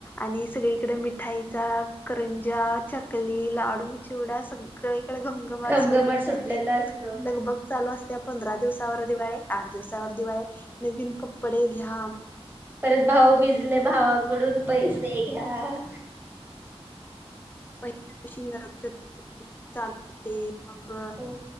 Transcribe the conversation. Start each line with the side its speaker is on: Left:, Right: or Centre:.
Left: आणि सगळी इकडे मिठाईचा करंजा चकली लाडू चिवडा सगळे इकडे घंघमाट
Right: घमघमाट
Left: सुटलेले
Right: सुटलेला
Left: असते
Right: असतो
Left: लगभग चालू असते पंधरा दिवसावर दिवाळी आठ दिवसावर दिवाळी नवीन कपडे घ्या
Right: परत भाऊबीजला भावाकडून पैसे घ्या
Left: पहिला शिंगारत चालू होते मग
Right: हो